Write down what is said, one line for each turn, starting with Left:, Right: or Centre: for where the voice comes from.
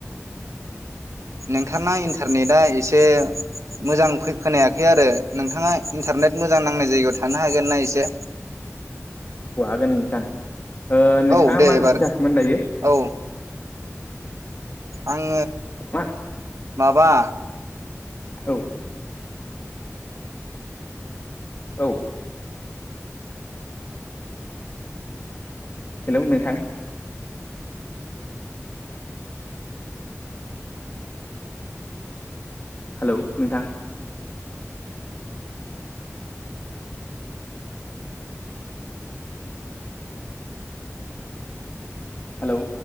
Right: नोंथांना इन्टारनेटआ एसे मोजां खोनायाखै आरो नोंथाङा इन्टारनेट मोजां नांनाय जायगायाव थां । थानो हागोन ना एसे?
Left: गोन नोंथां। ओ नोंथाङा
Right: औ दे
Left: मा
Right: एबार
Left: ओंख्रि जाखोमोन दायो?
Right: औ
Left: <unintelligible>
Right: आङो
Left: मा
Right: माबा
Left: औ। औ। हेलौ नोंथां। हेलौ नोंथां। हालौ